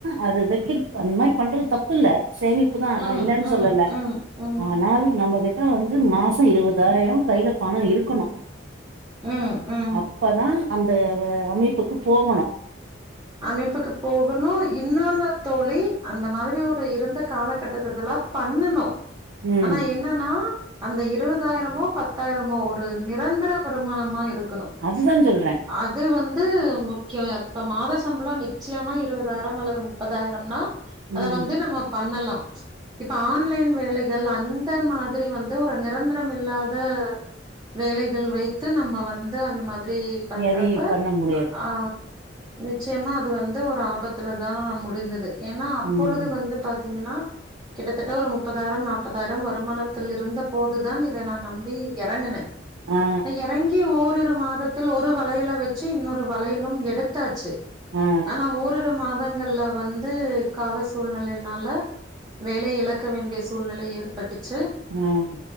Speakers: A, on the right (about 80°); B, on the right (about 20°).
A: அது வெக்கிறக் அந் மாரி பண்றது தப்பு இல்ல சேமிப்புதா
B: ம்
A: நா இல்லன்
B: ம்
A: சொல்லல்ல
B: ம் ம்
A: ஆனால் நம்மகிட்ட வந்து மாசோ இருவதாயிரம் கையில பணம் இருக்கணும்
B: ம் ம்
A: அப்பதான் அந்த அமைப்புக்கு போகணும்
B: அமைப்புக்கு போகணு இப் இன்னோன்னு தோழி அந்த மாதிரி ஒரு இருந்த காலகட்டத்திலெல்லா பண்ணனு
A: ம்
B: ஆனா என் என்னன்னா அந்த இருபதாயிரமோ பத்தாயிரமோ ஒரு நிரந்தர வருமானமா இருக்கணும்
A: அதுதா சொல்ற
B: அது வந்து முக்கியம் எப்ப மாத சம்பளோ நிச்சயமா இருபதாயிர அல்லது முப்பதாயிரம்னா அத
A: ம்
B: வந்து நம்ம பண்ணலா இப்ப ஆன்லைன் வேலைகள் அந்த மாதிரி வந்து ஒரு நிரந்தரம் இல்லாத வேலைகள் வைத்து நம்ம வந்து அந்த மாதிரி பண்றப்ப
A: எதையு பண்ண முடியாது
B: அ ஆ நிச்சயமா அது வந்து ஒரு ஆபத்துலதா முடிந்தது ஏனா அப்பொழுது
A: ம்
B: வந்து பாத்தீங்கனா கிட்டத்தட்ட ஒரு முப்பதாயிரம் நாப்பதாயிரம் வருமானத்தில் இருந்த போதுதா இதை நா நம்பி எறங்குனே
A: ஆ
B: நான் இறங்கி ஓரிரு மாதத் தல ஒரு வளையல வச்சு இன்னொரு வளையலு எடுத்தாச்சு.
A: ஆ
B: ஆனா ஓரிரு மாதங்கள்ல வந் து கால சூழ்நிலைனால வேலைய இழக்க வேண்டிய சூழ்நெல ஏற்பட்டுச்சு
A: ம்